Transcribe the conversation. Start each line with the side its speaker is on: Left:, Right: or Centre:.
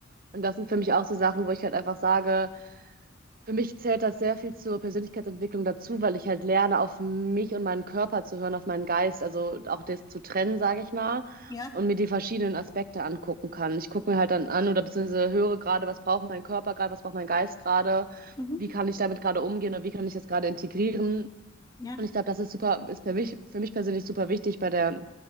Right: Und das sind für mich auch so Sachen, wo ich halt einfach sage, Für mich zählt das sehr viel zur Persönlichkeitsentwicklung dazu, weil ich halt lerne, auf mich und meinen Körper zu hören, auf meinen Geist, also auch das zu trennen, sage ich mal,
Left: Ja.
Right: und mir die verschiedenen Aspekte angucken kann. Ich gucke mir halt dann an oder beziehungsweise höre gerade, was braucht mein Körper gerade, was braucht mein Geist gerade,
Left: Mhm.
Right: wie kann ich damit gerade umgehen oder wie kann ich das gerade integrieren.
Left: Ja.
Right: Und ich glaube, das ist super, ist für mich, für mich persönlich super wichtig bei der